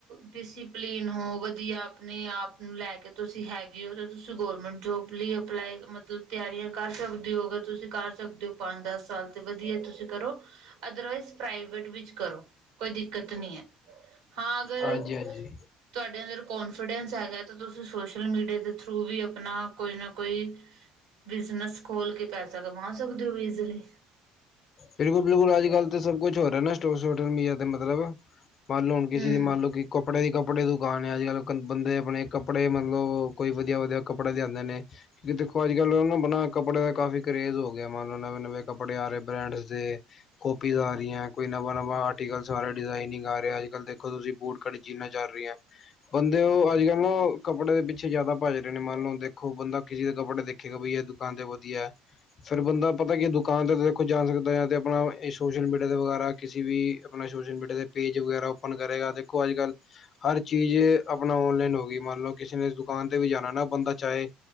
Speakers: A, on the right (about 75°); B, on the left (about 50°).
A: ਡਿਸੀਪਲੀਨ ਹੋ ਵਦੀਆ ਅਪਣੇ ਆਪ ਨੂੰ ਲੈ ਕੇ ਤੁਸੀਂ ਹੈਗੇ ਓ ਤਾਂ ਤੁਸੀਂ ਗੌਰਮੈਂਟ ਜੋਬ ਲਈ ਅਪਲਾਈ ਮਤਲਬ ਤਿਆਰੀਆਂ ਕਰ ਸਕਦੇ ਓ ਅਗਰ ਤੁਸੀਂ ਕਰ ਸਕਦੇ ਓ ਪੰਜ, ਦਸ ਸਾਲ ਤੇ ਵਦੀਆਂ ਤੁਸੀਂ ਕਰੋ। ਅਦਰਵਾਈਜ਼ ਪ੍ਰਾਈਵੇਟ ਵਿੱਚ ਕਰੋ ਕੋਈ ਦਿੱਕਤ ਨੀ ਐ। ਹਾਂ ਅਗਰ
B: ਹਾਂਜੀ ਹਾਂਜੀ
A: ਤੁਆਡੇ ਅੰਦਰ ਕੋਨਫੀਡੈਂਸ ਹੈਗਾ ਤਾਂ ਤੁਸੀਂ ਸੋਸ਼ਲ ਮੀਡੀਆ ਦੇ ਥਰੂ ਵੀ ਅਪਣਾ ਕੋਈ ਨਾ ਕੋਈ ਬਿਜਨਸ ਖੋਲ ਕੇ ਪੈਸਾ ਕਮਾ ਸਕਦੇ ਓ ਇਜ਼ਲੀ।
B: ਬਿਲਕੁਲ-ਬਿਲਕੁਲ ਅੱਜਕਲ ਤਾਂ ਸਭ ਕੁੱਛ ਹੋ ਰਿਆ ਨਾ ਸਟੋ ਸਟੋਟਲ ਮੀਡੀਆ ਤੇ ਮਤਲਬ ਮੰਨ ਲਓ ਹੁਣ ਕਿਸੇ
A: ਹਮ
B: ਦੀ ਮੰਨ ਲਓ ਕਿ ਕੱਪੜੇ ਦੀ ਕੱਪੜੇ ਦੁਕਾਨ ਐ ਅੱਜ ਕੱਲ ਕ ਬੰਦੇ ਅਪਣੇ ਕੱਪੜੇ ਮਤਲਬ ਕੋਈ ਵਦੀਆ-ਵਦੀਆ ਕੱਪੜੇ ਲਿਆਂਂਦੇ ਨੇ ਜੀ ਦੇਖੋ ਅੱਜ ਕੱਲ ਨਾ ਬਨਾ ਕੱਪੜੇ ਦਾ ਕਾਫੀ ਕਰੇੇਜ਼ ਹੋ ਗਿਆ ਮਨ ਲਓ ਨਵੇਂ-ਨਵੇਂ ਕੱਪੜੇ ਆ ਰਏ ਬ੍ਰੈਂਡ ਦੇ ਕੋਪੀਜ਼ ਆ ਰਈਆਂ ਕੋਈ ਨਵਾਂ ਨਵਾਂ ਆਰਟੀਕਲਸ ਆ ਰਿਆ, ਡਿਜ਼ਾਇਨਿੰਗ ਆ ਰਿਆ ਅੱਜ ਕੱਲ ਦੇਖੋ ਤੁਸੀਂ ਬੂਟ ਕਟੀ ਜੀੱਨਾ ਚੱਲ ਰਈਆਂ ਬੰਦੇ ਓ ਅੱਜ ਕੱਲ ਨਾ ਕੱਪੜੇ ਦੇ ਪਿੱਛੇ ਜੈਦਾ ਭੱਜ ਰਹੇ ਨੇ ਮੰਨ ਲਓ ਦੇਖੋ ਬੰਦਾ ਕਿਸੇ ਦੇ ਕੱਪੜੇ ਦੇ ਦਖੇਗਾ ਬਈ ਇਹ ਦੁਕਾਨ ਤੇ ਵਦੀਆਂ ਐ ਫੇਰ ਬੰਦਾ ਪਤਾ ਕੀ ਦੁਕਾਨ ਤੇ ਦੇਖੋ ਜਾ ਸਕ ਦਾ ਤੇ ਅਪਣਾ ਸੋਸ਼ਲ ਮੀਡੀਆ ਦੇ ਵਗੈਰਾ ਕਿਸੀ ਵੀ ਅਪਣਾ ਸੋਸ਼ਲ ਮੀਡੀਆ ਦੇ ਪੇਜ ਵਗੈਰਾ ਓਪਨ ਕਰੇਗਾ ਦੇਖੋ ਅੱਜ-ਕੱਲ ਹਰ ਚੀਜ਼ ਅਪਣਾ ਓਨਲਾਈਨ ਹੋਗੀ ਮੰਨ ਲਓ ਕਿਸੇ ਨੇ ਦੁਕਾਨ ਤੇ ਵੀ ਜਾਣਾ ਨਾ ਬੰਦਾ ਚਾਹੇ